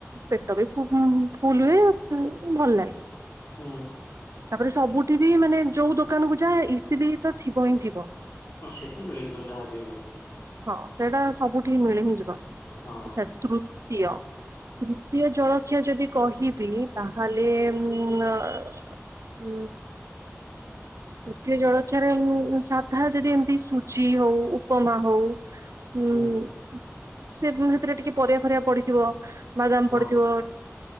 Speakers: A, on the right; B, on the left.
A: ପେଟ ବି। ଫୁଲ ହୁଏ ଭଲ ଲାଗେ।
B: ହୁଁ।
A: ତାପରେ ସବୁଠି ବି ମାନେ ଯୋଉ ଦୋକାନ କୁ ଯା ଇଟିଲି ତ ଥିବ ହିଁ ଥିବ।
B: ହଁ ସେଠୁ ମିଳିଯିବ ଯାହାବି ହେଲେ।
A: ହଁ ସେଇଟା ସବୁଠି ମିଳି ହିଁ ଯିବ।
B: ହଁ
A: ଆଛା ତୃ। ତୃତୀୟ ତୃତୀୟ ଜଳଖିଆ ଯଦି କହିବି ତାହେଲେ ଉଁ ଆ। ହୁଁ। ତୃତୀୟ ଜଳ ଖିଆରେ ଉଁ। ସାଧା ଯଦି ଏମତି ସୁଜି ହଉ ଉପମା ହଉ ଉଁ।
B: ହୁଁ
A: ସେ ଫୁଡ୍ ଭିତରେ ଟିକେ ପରିବା ଫରିବା ପଡିଥିବ। ବାଦାମ
B: ହୁଁ।
A: ପଡିଥିବ